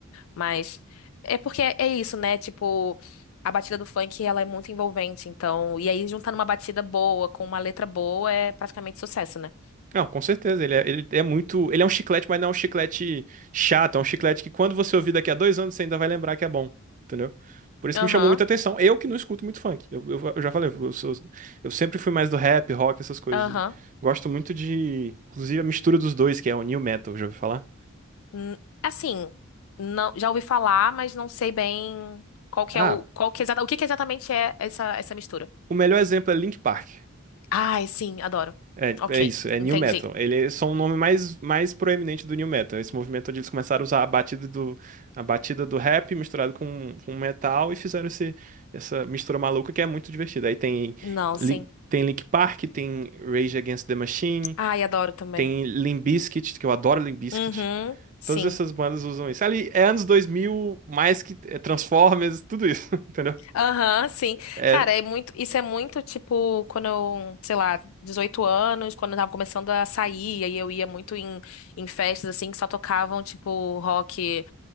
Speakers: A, on the left (about 70°); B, on the right (about 35°).
A: Mas é porque é isso, né? Tipo, a batida do funk, ela é muito envolvente. Então, e aí juntando uma batida boa com uma letra boa é praticamente sucesso, né?
B: Não, com certeza. Ele é, ele é muito. Ele é um chiclete, mas não é um chiclete chato. É um chiclete que quando você ouvir daqui a dois anos, você ainda vai lembrar que é bom. Entendeu? Por isso
A: Aham,
B: que me chamou muita atenção. Eu que não escuto muito funk. Eu, eu- eu já falei, eu sou- eu sempre fui mais do rap, rock, essas coisas.
A: aham.
B: Gosto muito de. Inclusive a mistura dos dois, que é o new metal, já ouviu falar?
A: Hum, Assim, não, já ouvi falar, mas não sei bem qual que
B: Ah,
A: é o, qual que é exata, o que que exatamente é essa, essa mistura.
B: o melhor exemplo é Link Park.
A: Ai, sim, adoro.
B: É,
A: Ok,
B: é isso, é New
A: entendi.
B: Metal. Ele é só um nome mais, mais proeminente do New Metal. Esse movimento onde eles começaram a usar a batida do, a batida do rap misturado com, com metal e fizeram esse, essa mistura maluca que é muito divertida. Aí tem,
A: Não,
B: Lin-
A: sim.
B: tem Linkin Park, tem Rage Against the Machine,
A: Ai, adoro também.
B: tem Limp Bizkit, que eu adoro Limp Bizkit.
A: Uhum, sim.
B: Todas essas bandas usam isso. Ali é anos 2000 mais que é Transformers, tudo isso, <laughs> entendeu?
A: Aham, sim.
B: É,
A: Cara, é muito, isso é muito tipo quando eu, sei lá, 18 anos, quando eu tava começando a sair, aí eu ia muito em, em festas assim que só tocavam tipo rock,